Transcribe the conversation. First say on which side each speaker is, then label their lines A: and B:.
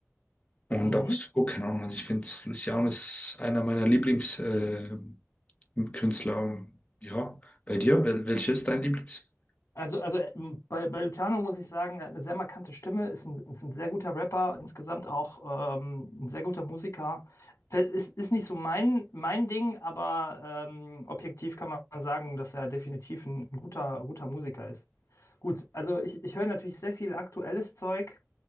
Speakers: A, on the left; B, on the left.
A: Und
B: Mhm.
A: auch so, keine Ahnung, also ich finde, Luciano ist einer meiner Lieblingskünstler. Äh, Künstler. ja, bei dir, Wel- welches ist dein Lieblings?
B: Also, also äh, m, bei, bei Luciano muss ich sagen, er hat eine sehr markante Stimme, ist ein, ist ein sehr guter Rapper, insgesamt auch ähm, ein sehr guter Musiker. Pe- Ist, ist nicht so mein, mein Ding, aber ähm, objektiv kann man sagen, dass er definitiv ein, guter, guter Musiker ist. Gut, also ich, ich höre natürlich sehr viel aktuelles Zeug.